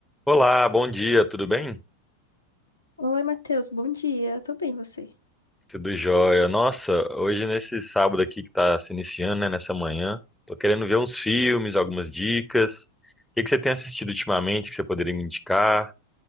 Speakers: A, in the centre; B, on the left.
A: Olá, bom dia, tudo bem?
B: Oi, Matheus, bom dia. Tô bem, você?
A: Tudo jóia. Nossa, hoje nesse sábado aqui que tá se iniciando, né, nessa manhã, tô querendo ver uns filmes, algumas dicas. O que que você tem assistido ultimamente que você poderia me indicar?